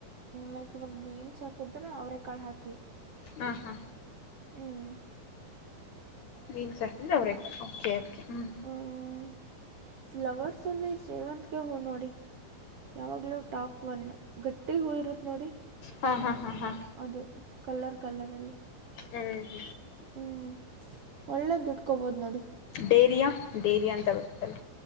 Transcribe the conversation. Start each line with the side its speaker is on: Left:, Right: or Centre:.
Right: ಲೈಕ್ ಇವಾಗ ಬೀನ್ಸ್ ಹಾಕಿದ್ರೆ ಅವರೇ ಕಾಳು ಹಾಕಿ
Left: ಹಾ ಹಾ
Right: ಹ್ಮ್
Left: ಬೀನ್ಸ್ ಹಾಕೀ ಅವ್ರ ಓಕೆ ಕೆ ಹ್ಮ್
Right: ಹ್ಮ್ ಫ್ಲವರ್ ಸೋಲಿ ಸೇವೆಂತ್ಗೆ ಹೂ ನೋಡಿ ಯಾವಾಗಲೂ ಟಾಪ್ ಒನ್ ಗಟ್ಟಿ ಹೂ ಇರುತ್ತೆ ನೋಡಿ
Left: ಹಾಂ ಹಾಂ ಹಾ ಹಾಂ
Right: ಅದು ಕಲರ್ ಕಲ್ಲರಲ್ಲಿ
Left: ಹ್ಮ್
Right: ಹ್ಞೂ ಒಳ್ಳೆ ದುಡ್ಕೊಬೋದು ನೋಡಿ
Left: ಡೇರಿಯ ಡೇರಿಯ ಅಂತ ಗೊತ್ತಲ್ಲ